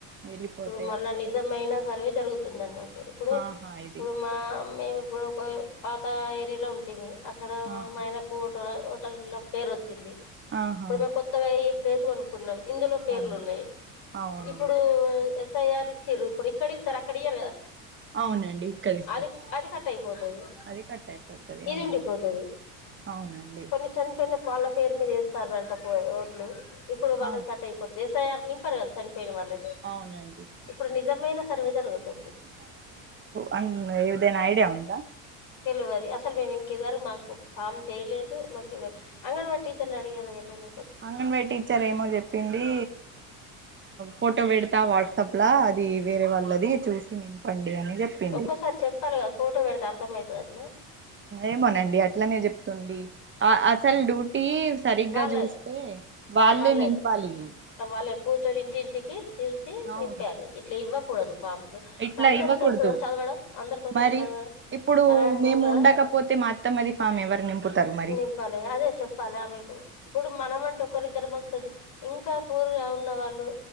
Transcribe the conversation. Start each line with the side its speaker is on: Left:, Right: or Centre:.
Right: వెళ్ళిపోతాయా
Left: ఇప్పుడు మళ్ళ నిజమయిైన సర్వే జరుగుతుంది అన్నట్టు ఇప్పుడు
Right: ఆహా
Left: ఇప్పుడు
Right: ఇది
Left: మా మేము ఇప్పుడు ఒక పాత ఏరియాలో ఉంటే అక్కడ
Right: ఆహా
Left: మాయనకు ఓట ఓటర్ల పేరు వచ్చింది
Right: ఆహా
Left: ఇప్పుడు మేము కొత్తగా ప్లేస్ కొనుక్కున్నాం ఇందులో పేర్లు
Right: అవును
Left: ఉన్నాయి
Right: అవును
Left: ఇప్పుడు ఎస్ తయారచ్చరు ఇప్పుడు ఇక్కడ ఇస్తారు అక్కడయారు కదా
Right: అవునండి ఇక్కడ ఇస్తారు
Left: అది అది కట్ అయిపోతది
Right: అది కట్ అయిపోడుతుంది
Left: ఇది
Right: అవునండి.
Left: ఉండిపోతది
Right: అవునండి.
Left: కొన్ని చనిపోయిన వాళ్ళ పేరు మీద వేస్తారంట పో ఓట్లు ఇప్పుడు వాళ్ళది
Right: అవును
Left: కట్ అయిపోతంది ఎస్ఐర్ నింపారు కదా. పోయిన వాళ్ళ
Right: అవునండి
Left: ఇప్పుడు నిజమైన సర్వే జరుగుతుంది.
Right: అం ఇవదేన్ ఐడియా ఉందా.
Left: తెలియది అసలు మేము ఇంక ఇద్దరు మాకు ఫామ్ చేేయలేదు మాకు ఇవ్వలే అంగన్వాడి టీచర్ని అడిగే కదా వెళ్ళిన.
Right: అంగన్వాడి టీచ్చర్ ఏమో చెప్పింది. ఫోటో పెడతా వాట్సాప్ అది వేరే వాళ్ళది చూసి నింపండి. అని చెప్పింది
Left: ఒక్కోసారి చెప్పాలి కదా ఫోటో పెడితే అర్థమవుతుంది అట్న.
Right: ఏమోనండి అట్లనే చెప్తుంది అసలు డ్యూ టీ సరిగ్గా
Left: వాళ్ళది
Right: చూస్తే వాళ్ళే
Left: వాళ్ళది
Right: నింపాలి
Left: వాళ్ళ కూర్చొని ఇంటింటికి చూసి
Right: అవును
Left: నింపాలి ఇట్లా ఇవ్వకూడదు ఫామ్సు ఇప్పుడు
Right: ఇట్లా
Left: అందరికీ
Right: ఇవ్వకూడదు
Left: వస్తుందో చదవడం అందరిక వస్తుందో
Right: మరి
Left: చదవడం
Right: ఇప్పుడు
Left: రాయడం
Right: మేము
Left: వస్తుందా
Right: ఉండకపోతే మా అత్తమ్మది ఫామ్ ఎవరు నింపుతారు మరి
Left: నింపాలి అదే చెప్పాలి ఆమెకి ఇప్పుడు మనం అంటే ఒకరిద్దరం వస్తుంది ఇంకా ఫూర్ గా ఉన్నవాళ్ళు